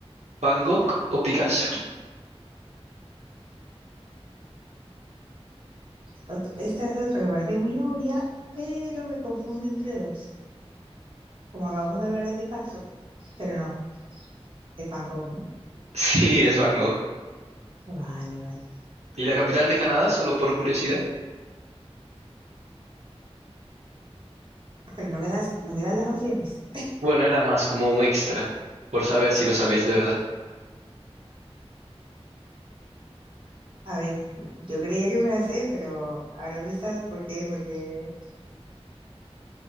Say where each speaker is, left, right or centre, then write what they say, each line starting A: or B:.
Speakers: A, on the right; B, on the right.
A: Van Gogh o Picasso?
B: ot- esta es otra que parece muy obvia, pero me confunde entre dos. Como acabamos de hablar de Picasso, pero no, es Van Gogh, ¿no?
A: <laughs> Sí, es Van Gogh.
B: Vale, vale.
A: ¿Y la capital de Canadá, solo por curiosidad?
B: Pero no me das, no me das las opciones.
A: Bueno, era más como un extra, por saber si lo sabías de verdad.
B: A ver, m- yo creía que me las sé, pero ahora me estás, ¿por qué? Porque